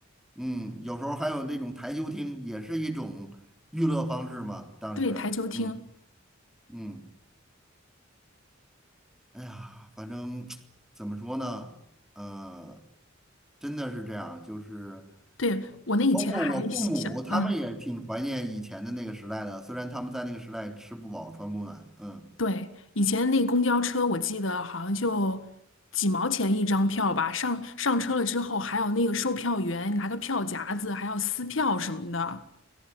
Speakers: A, in the centre; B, on the left (about 70°).
A: 嗯，有时候还有那种台球厅，也是一种娱乐方式嘛，当时，
B: 对，台球厅。
A: 嗯嗯。哎呀，反正怎么说呢，呃，真的是这样，就是
B: 对，我那以前还想，
A: 包括我父母，他们也挺怀念以前的那个时代的，
B: 嗯，
A: 虽然他们在那个时代吃不饱穿不暖，嗯
B: 对，以前那公交车，我记得好像就几毛钱一张票吧。上上车了之后，还有那个售票员拿个票夹子，还要撕票什么的。